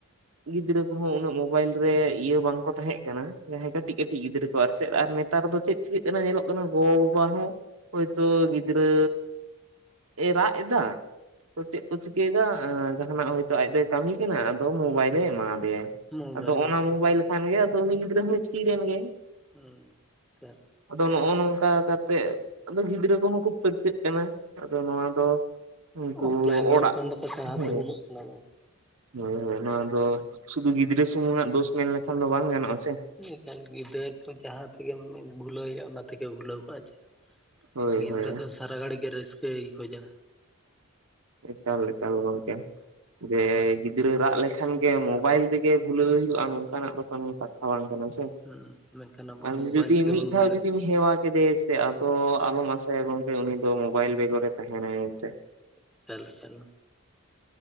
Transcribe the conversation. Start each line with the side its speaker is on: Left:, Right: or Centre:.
Right: ᱜᱤᱫᱽᱨᱟᱹ ᱠᱚᱦᱚᱸ ᱩᱱᱟᱹᱜ ᱢᱵᱟᱭᱤᱞ ᱨᱮ ᱤᱭᱟᱹ ᱵᱟᱝᱠᱚ ᱛᱟᱦᱮᱸ ᱠᱟᱱᱟ ᱡᱟᱦᱟᱭ ᱠᱟᱹᱴᱤᱡ ᱠᱟᱹᱴᱤᱡ ᱜᱤᱫᱽᱨᱟᱹ ᱠᱚ ᱟᱨ ᱥᱮᱜ ᱱᱮᱛᱟᱨ ᱫᱚ ᱪᱮᱫ ᱪᱤᱠᱟᱹᱜ ᱠᱟᱱᱟ ᱧᱮᱞᱚᱜ ᱠᱟᱱᱟ ᱜᱚᱸᱵᱟᱵᱟ ᱦᱚᱸ ᱦᱳᱭᱛᱳ ᱜᱤᱫᱽᱨᱟᱹ ᱮ ᱨᱟᱜᱼᱮᱫᱟ ᱛᱳᱫᱮ ᱠᱮᱫᱟ ᱟᱻᱡᱟᱦᱟᱱᱟᱜ ᱦᱚᱭᱛᱳ ᱟᱡ ᱫᱚᱭ ᱠᱟᱹᱢᱤ ᱠᱟᱱᱟ ᱟᱫᱚ ᱢᱳᱵᱟᱭᱤᱞᱮ ᱮᱢᱟᱣᱟᱫᱮᱭᱟᱭ
Centre: ᱢᱳᱵᱟᱭᱤᱞ
Right: ᱟᱫᱚ ᱚᱱᱟ
Centre: ᱞᱮᱠᱟᱱ
Right: ᱢᱳᱵᱟᱭᱤᱞ ᱠᱷᱟᱱᱜᱮ ᱟᱫᱚ ᱩᱱᱤ ᱜᱤᱫᱽᱨᱟᱹ ᱦᱚᱸᱭ ᱛᱦᱤᱨ ᱮᱮᱱ ᱜᱮ
Centre: ᱦᱩᱸ ᱛᱟᱛ
Right: ᱟᱫᱚ ᱱᱚᱜᱼᱚ ᱱᱚᱝᱠᱟ ᱠᱟ ᱠᱟᱛᱮᱜ ᱟᱫᱚ ᱜᱤᱫᱽᱨᱟᱹ ᱠᱚᱦᱚᱸ ᱠᱚ ᱯᱟᱹᱨᱠᱟᱹᱜ ᱠᱟᱱᱟ ᱱᱤᱛᱳᱜ ᱫᱚ ᱱᱚᱣᱟ ᱫᱚ ᱩᱱᱠᱩ
Centre: ᱚᱯᱷᱞᱟᱭᱤᱱ ᱜᱮᱢ
Right: ᱚᱲᱟᱜ
Centre: ᱠᱷᱚᱱ ᱫᱚᱠᱚ ᱥᱟᱦᱟ
Right: ᱦᱩᱸ
Centre: ᱥᱟᱺᱜᱤᱧᱚᱜ ᱠᱟᱱᱟ
Right: ᱦᱳᱭ ᱦᱳᱭ ᱱᱚᱣᱟ ᱫᱚ ᱥᱩᱫᱩ ᱜᱤᱫᱽᱨᱟᱹ ᱥᱩᱢᱩᱝᱟᱜ ᱫᱳᱥ ᱢᱮᱱ ᱞᱮᱠᱷᱟᱱ ᱫᱚ ᱵᱟᱝ ᱜᱟᱱᱚᱜᱼᱟ ᱥᱮ
Centre: ᱱᱮᱛᱟᱨ ᱜᱤᱫᱟᱹᱨ ᱫᱚ ᱡᱟᱦᱟᱸ ᱛᱮᱜᱮᱢ ᱵᱷᱩᱞᱟᱹᱣᱭᱟ ᱚᱱᱟ ᱛᱮᱜᱮ ᱵᱷᱩᱞᱟᱹᱣ ᱠᱟᱜᱼᱟ ᱪᱮ
Right: ᱦᱳᱭ
Centre: ᱜᱤᱫᱽᱨᱟᱹ
Right: ᱦᱳᱭ
Centre: ᱫᱚ ᱥᱟᱨᱟ ᱜᱷᱟᱹᱲᱤ ᱜᱮ ᱨᱟᱹᱥᱠᱟᱹᱭ ᱠᱷᱚᱡᱟ
Right: ᱮᱠᱟᱞ ᱮᱠᱟᱞ ᱜᱚᱝᱠᱮ ᱡᱮ ᱜᱤᱫᱽᱨᱟᱹ ᱨᱟᱜ ᱞᱮᱠᱷᱟᱱ ᱜᱮ ᱢᱳᱵᱟᱭᱤᱞ ᱛᱮᱜᱮ ᱵᱷᱩᱞᱟᱹᱣ ᱦᱩᱭᱩᱜᱼᱟ ᱱᱚᱝᱠᱟᱱᱟᱜ ᱫᱚ ᱠᱚᱱᱚ ᱠᱟᱛᱷᱟ ᱵᱟᱝ ᱠᱟᱱᱟ ᱥᱮ
Centre: ᱦᱩᱸ ᱢᱮᱱᱠᱷᱟᱱ ᱟᱵᱚ
Right: ᱟᱨ
Centre: ᱫᱚ
Right: ᱩᱱᱤ
Centre: ᱢᱳᱵᱟᱭᱤᱞ
Right: ᱡᱩᱫᱤ
Centre: ᱛᱮᱜᱮ
Right: ᱢᱤᱫ
Centre: ᱵᱚᱱ
Right: ᱫᱷᱟᱣ
Centre: ᱵᱷᱩᱞᱟᱹᱜ
Right: ᱡᱩᱫᱤᱢ ᱦᱮᱣᱟ ᱠᱮᱫᱮ ᱥᱮ ᱥᱮ ᱟᱫᱚ ᱟᱞᱚᱢ ᱟᱥᱟᱭᱟ ᱜᱚᱝᱠᱮ ᱩᱱᱤ ᱫᱚ ᱢᱳᱵᱟᱭᱤᱞ ᱵᱮᱜᱚᱨᱮ ᱛᱟᱦᱮᱱᱟᱭ ᱮᱱᱛᱮᱜ
Centre: ᱮᱠᱟᱞ ᱮᱠᱟᱞ,